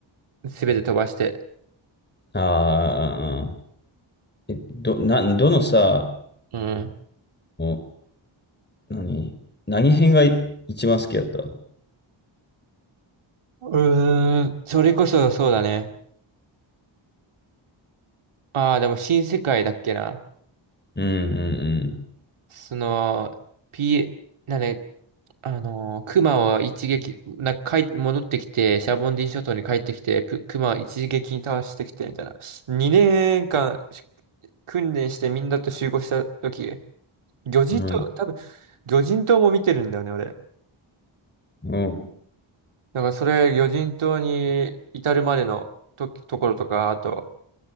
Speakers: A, on the right; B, on the left.
A: すべて飛ばして。
B: ああ、え、ど、な、どのさ、
A: うん。
B: お、何何編がい一番好きだった
A: うーん、それこそそうだね。ああ、でも新世界だっけな。
B: うん、うん、
A: その、P、なんで、あのー、クマを一撃、なんか帰戻ってきて、シャボンディ諸島に帰ってきて、プクマを一撃に倒してきて、みたいな。2年間し訓練してみんなと集合した時、魚人島、
B: うん。
A: 多分、魚人島も見てるんだよね、俺。
B: うん、う
A: だからそれ、魚人島に至るまでのと、ところとか、あと、